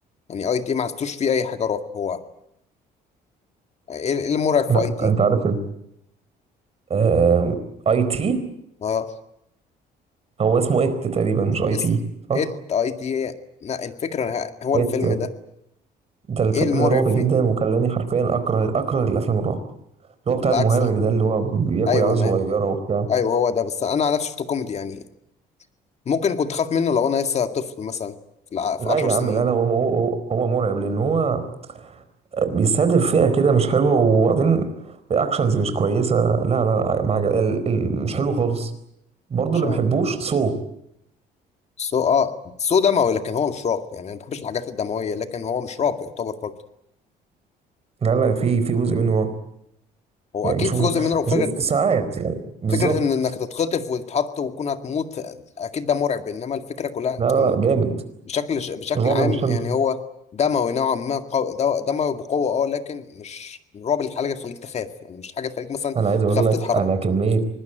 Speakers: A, on the left; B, on the right.
A: يعني اي تي ما حسيتوش فيه اي حاجة رعب هو ايه إيه المرعب في
B: لا
A: اي تي
B: انت عارف ال آم، اي تي
A: آه.
B: هو اسمه ات تقريبا مش اي
A: اس
B: تي صح
A: ات اي تي لا الفكرة ه- هو
B: ات
A: الفيلم ده
B: ده الفيلم
A: ايه المرعب
B: ده رعب
A: فيه
B: جدا وخلاني حرفيا اكره اكره الافلام الرعب اللي هو
A: بالعكس
B: بتاع المهرج ده اللي هو بياكل
A: ايوه
B: عيال
A: انا
B: صغيرة وبتاع
A: ايوه هو ده بس انا على نفسي شفته كوميدي يعني ممكن كنت خاف منه لو انا لسه طفل مثلا في الع... في
B: لا
A: 10
B: يا
A: سنين
B: عم لا لا هو هو هو هو مرعب لان هو بيستهدف فئة كده مش حلوة وبعدين الرياكشنز مش كويسة لا لا, لا ما عجب- ال- ال- مش حلو خالص برضه
A: مش
B: اللي
A: عارف
B: ما بحبوش سو
A: سو اه سو دموي لكن هو مش رعب يعني انا ما بحبش الحاجات الدمويه لكن هو مش رعب يعتبر برضه
B: لا لا في في جزء منه رعب
A: هو
B: يعني
A: اكيد
B: بشوف
A: في جزء منه رعب فكره
B: بشوف ساعات يعني بالظبط
A: فكره ان انك تتخطف وتتحط وتكون هتموت اكيد ده مرعب انما الفكره كلها
B: لا لا جامد
A: بشكل ش... بشكل
B: الرعب
A: عام
B: مش
A: يعني
B: حلو
A: هو دموي نوعا ما قو... دو- دموي بقوة اه لكن مش الرعب اللي حاجة تخليك تخاف يعني مش حاجة تخليك مثلا
B: انا عايز اقول
A: تخاف
B: لك
A: تتحرك
B: انا كميه